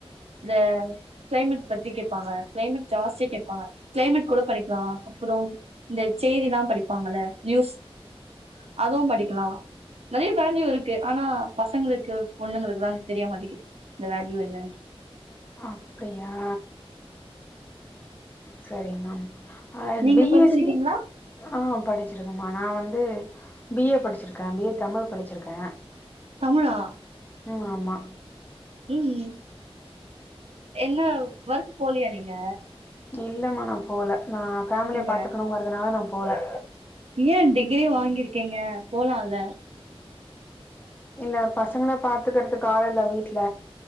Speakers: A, on the right (about 75°); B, on the left (about 15°).
A: இந்த கிளைமெட் பத்தி கேப்பாங்க கிளைமெட் ஜாஸ்தி கேட்பாங்க கிளைமெட் கூட படிக்லா அப்புறோ இந்த செய்தி தா படிப்பாங்கள நியூஸ் அதுவு படிக்லா நெறைய வேல்யூ இருக்கு ஆனா பசங்ளுக்கு பொண்ணுங்களுக்குதா தெரிய மாட்டிக்கி இந்த வேல்யூ என்னன்ட்டு
B: ஆ அப்டியா சரிமா அ
A: நீங்க
B: பி
A: படிச்சிருக்கீங்களா
B: எஸ் சி ஆ படிச்சிருக்கமா நா வந்து பி ஏ படிச்சிருக்கே பி ஏ தமிழ் படிச்சிருக்கே
A: தமிழா
B: ம் ஆமா
A: ம் என்ன வர்க் போலியா நீங்க
B: இல்லமா நா போல நா ஃபேமிலிய
A: இல்ல
B: பாத்துக்குணுங்கிறதுனால நா போல
A: ஏ டிகிரி வாங்கிருக்கீங்க போலாலே
B: இல்ல பசங்ல பாத்துக்கிற்துக்கு ஆள்ளில்ல வீட்ல